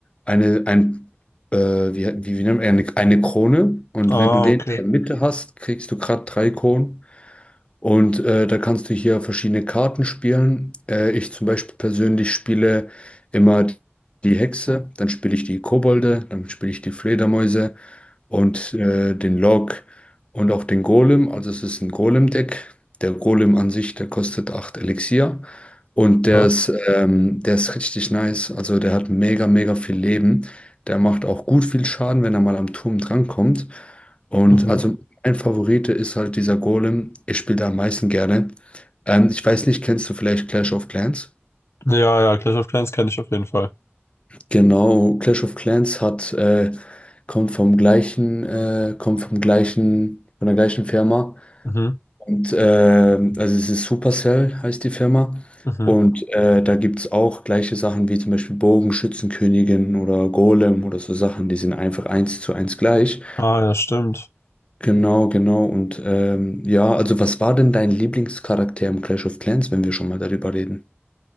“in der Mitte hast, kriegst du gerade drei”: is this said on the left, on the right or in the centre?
Left